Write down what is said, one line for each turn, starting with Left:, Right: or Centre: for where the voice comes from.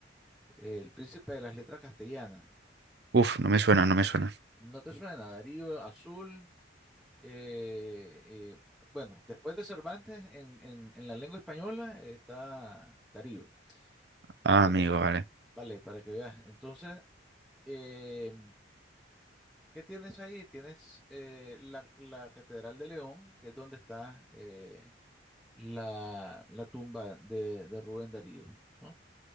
Centre: eh, el príncipe de las letras castellanas.
Right: Uf, no me suena, no me suena.
Centre: ¿No te suena? Darío Azul. eh, eh, bueno, después de Cervantes, en, en- en la lengua española eh, está Darío.
Right: Ah,
Centre: Para
Right: amigo,
Centre: que,
Right: vale.
Centre: vale, para que veas. Entonces, eh, ¿qué tienes ahí? Tienes eh, la, la Catedral de León, que es donde está. eh, la, la tumba de, de Rubén Darío, ¿no?